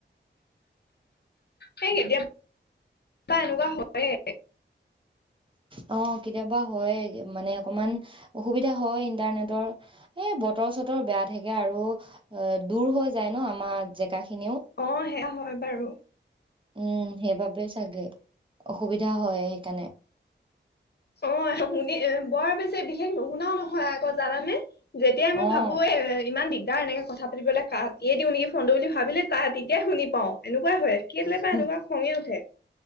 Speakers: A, on the left; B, on the right.
A: সেই কেতিয়া বা এনেকুৱা হয়। হয়
B: অ কেতিয়াবা হয় মানে অকমান অসুবিধা হয় ইন্টাৰনেটৰ এই বতৰ চতৰ বেয়া থাকে আৰু অ দূৰ হৈ যায় ন আমাৰ জেগা। খিনিও।
A: অ সেয়া হয় বাৰু,
B: উম সেইবাবেই চাগে অসুবিধা হয় সেইকাৰণে।
A: অ শুনি বৰ বেছি বিশেষ নুশুনাও নহয় আকৌ জানানে! যেতিয়াই
B: অ',
A: মই ভাবো এ ইমান দিগ দাৰ এনেকে কথা পাতিবলৈ কাটিয়ে দিওঁ নেকি ফোনটো বুলি ভাবিলে তাই তেতিয়াই শুনি পাওঁ এনেকুৱা হয় কেলে
B: হে
A: বা
B: হে
A: এনেকুৱা খঙে উঠে